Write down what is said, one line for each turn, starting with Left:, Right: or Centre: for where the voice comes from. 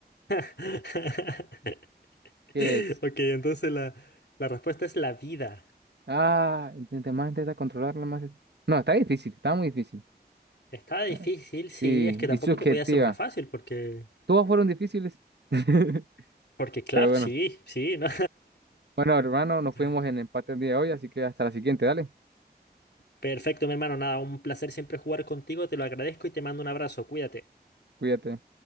Left: <laughs>
Right: ¿Qué es?
Left: Ok, entonces la, la respuesta es la vida.
Right: Ah, intenté más intentar controlarla, más... es- No, está difícil, está muy difícil.
Left: Estaba difícil,
Right: Está- Sí,
Left: sí, es que tampoco
Right: y subjetiva.
Left: te podía hacer una fácil porque
Right: Todas fueron difíciles. <laughs>
Left: Porque claro,
Right: Pero bueno.
Left: sí, sí, ¿no?
Right: Bueno, hermano, nos fuimos
Left: <laughs>
Right: en empate el día de hoy, así que hasta la siguiente, dale.
Left: Perfecto, mi hermano, nada, un placer siempre jugar contigo, te lo agradezco y te mando un abrazo, cuídate.
Right: Cuídate.